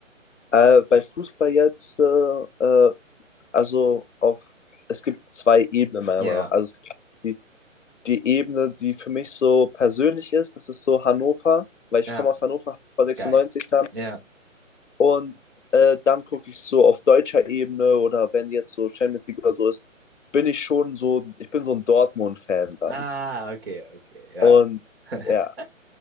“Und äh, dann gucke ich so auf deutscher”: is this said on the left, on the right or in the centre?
Left